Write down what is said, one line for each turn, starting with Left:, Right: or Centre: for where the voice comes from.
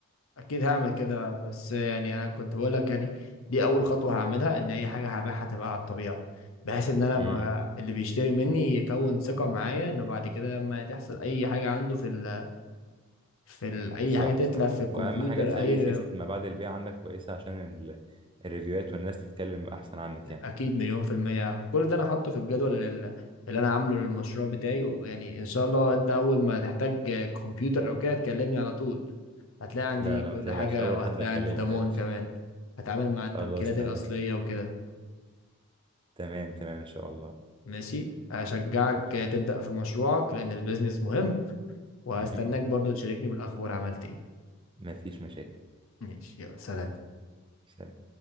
Left: اكيد هعمل كده بس يعني انا كنت بقول لك يعني دي اول خطوه هعملها ان اي حاجه هبيعها تبقى على الطبيعه بحيث ان انا
Right: امم
Left: ما اللي بيشتري مني يكون ثقه معايا انه بعد كده لما تحصل اي حاجه عنده في ال... في ال... اي
Right: صح
Left: حاجه تتلف
Right: صح
Left: في الكمبيوتر
Right: واهم حاجه تخلي
Left: اي
Right: سياسه ما بعد البيع عندك كويسه عشان ال- الريفيوهات والناس تتكلم احسن عنك
Left: اكيد
Right: يعني
Left: مليون في المية كل ده انا حاطه في الجدول اللي, اللي انا عامله للمشروع بتاعي ويعني ان شاء الله انت اول ما تحتاج كمبيوتر او كده تكلمني على طول هتلاقي عندي
Right: لا لا
Left: كل
Right: ما تقلقش
Left: حاجة
Right: اول
Left: وهتلاقي
Right: حد اكلمه
Left: عندي ضمان
Right: ما تقلقش
Left: كمان هتعامل مع التوكيلات
Right: خلاص تمام
Left: الأصلية وكده
Right: تمام تمام ان شاء الله
Left: ماشي أشجعك
Right: ماشي
Left: تبدأ في مشروعك لأن البيزنس مهم وهستناك
Right: مهم.
Left: برضو تشاركني بالأخبار عملت إيه
Right: ما فيش مشاكل
Left: ماشي يلا سلام
Right: سلام